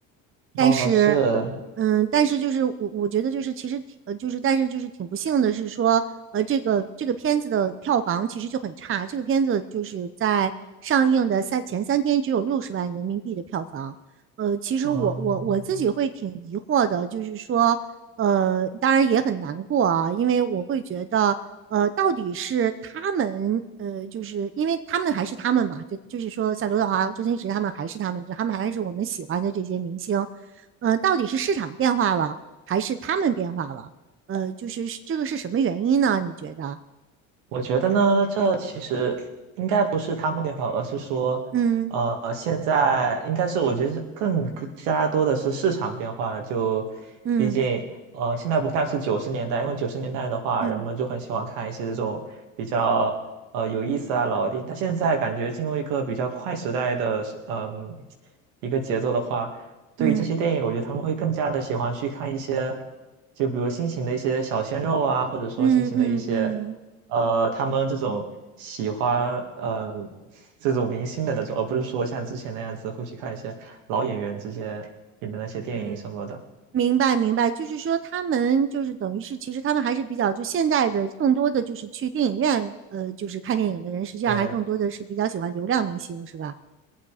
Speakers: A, on the right (about 35°); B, on the right (about 75°).
A: 但是，
B: 哦，是，
A: 嗯，但是就是我我觉得就是其实挺呃就是但是就是挺不幸的是说，呃，这个这个片子的票房其实就很差，这个片子就是在上映的三前三天只有六十万人民币的票房。呃，其实我我我自己会挺疑惑的，
B: 哦，
A: 就是说，呃，当然也很难过啊，因为我会觉得，呃，到底是他们，呃，就是因为他们还是他们嘛，就就是说，像刘德华、周星驰他们还是他们，他们还是我们喜欢的这些明星，呃，到底是市场变化了，还是他们变化了？呃，就是这个是什么原因呢？你觉得？
B: 我觉得呢，这其实应该不是他们变化，而是说，
A: 嗯
B: 呃，现在应该是我觉得是更加多的是市场变化了。就
A: 嗯
B: 毕竟，呃，现在不像是九十年代，因为九十年代的话，
A: 嗯
B: 人们就很喜欢看一些这种比较呃有意思啊老的电影。但现在感觉进入一个比较快时代的是嗯、一个节奏的话，对于这些电影，
A: 嗯
B: 我觉得他们会更加的喜欢去看一些，就比如新型的一些小鲜肉啊，或者说新型的一些。
A: 嗯嗯嗯
B: 呃，他们这种喜欢呃这种明星的那种，而不是说像之前那样子会去看一些老演员之前演的那些电影什么的。
A: 嗯，明白明白，就是说他们就是等于是，其实他们还是比较就现在的更多的就是去电影院，呃，就是看电影的人，实际上还更多的是比较喜欢流量明星，
B: 对，
A: 是吧？